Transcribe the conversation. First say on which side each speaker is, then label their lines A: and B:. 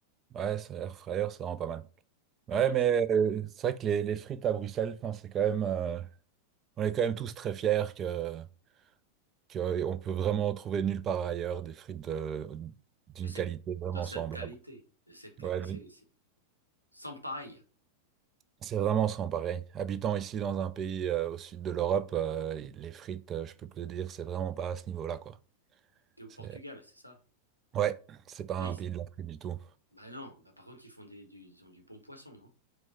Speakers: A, on the right; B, on the right.
A: Ouais, ça, air fryer, c'est vraiment pas mal. Ouais,
B: Mais quand
A: mais
B: tu,
A: euh, c'est vrai que les, les frites à Bruxelles, enfin, c'est quand même, euh, on est quand même tous très fiers que, que euh, on peut vraiment trouver nulle part ailleurs des frites de- d'une
B: de cette,
A: qualité vraiment
B: dans cette
A: semblable.
B: qualité, de cette qualité,
A: Ouais, mais
B: c'est, c'est sans pareil.
A: c'est vraiment sans pareil. Habitant ici dans un pays euh, au sud de l'Europe, euh, les frites, euh, je peux te le dire, c'est vraiment pas à ce niveau-là, quoi.
B: T'es au
A: C'est,
B: Portugal, c'est ça?
A: ouais, c'est pas
B: Mais
A: un
B: ils-
A: pays de la frite du tout.
B: bah non, bah par contre, ils font des, du, ils ont du bon poisson, non?